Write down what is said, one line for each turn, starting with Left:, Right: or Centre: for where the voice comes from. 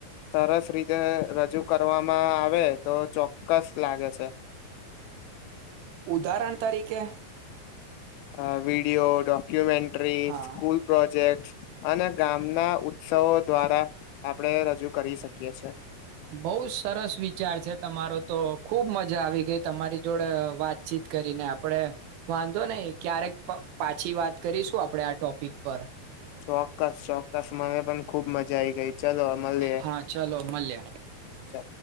Left: સરસ રીતે રજૂ કરવામાં આવે તો ચોક્કસ લાગે છે.
Right: ઉદાહરણ તરીકે?
Left: અ વિડિયો, ડોક્યુમેન્ટ ટ્રી,
Right: હા
Left: સ્કૂલ પ્રોજેક્ટ અને ગામના ઉત્સવો દ્વારા, આપણે રજૂ કરી શકીએ છે.
Right: બહુ સરસ વિચાર છે તમારો તો ખુબ મજા આવી ગઈ તમારી જોડે વાતચીત કરીને આપણે, વાંધો નઈ ક્યારેક પાછી વાત કરીશું આપડે આ ટોપિક પર.
Left: ચોક્કસ ચોક્કસ મને પણ ખુબ મજા આઈ ગઈ. ચલો મળીએ
Right: હા ચાલો મળ્યા.
Left: ચાલ